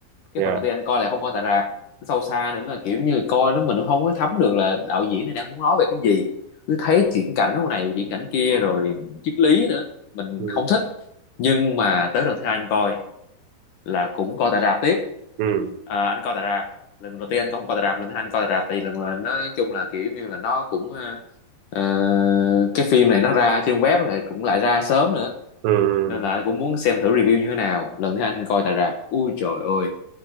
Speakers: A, on the left; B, on the right.
A: cái
B: dạ
A: phần đầu tiên anh coi là không coi tại rạp nó sâu xa nữa là kiểu như coi nó mình cũng không có thấm được là đạo diễn này đang muốn nói về cái gì cứ thấy chuyển cảnh lúc này chuyển cảnh kia rồi triết lý nữa mình
B: ừ
A: không thích nhưng mà tới lần thứ hai anh coi là cũng coi tại rạp tiếp
B: ừ
A: à, anh coi tại rạp lần đầu tiên anh không coi tại rạp lần thứ hai anh coi tại rạp thì lần là nói chung là kiểu như là nó cũng ờ, Ờ, cái phim này nó ra trên web thì cũng lại ra sớm nữa
B: ừ
A: nên là anh cũng muốn xem thử review như thế nào lần thứ hai anh coi tại rạp ui trời ơi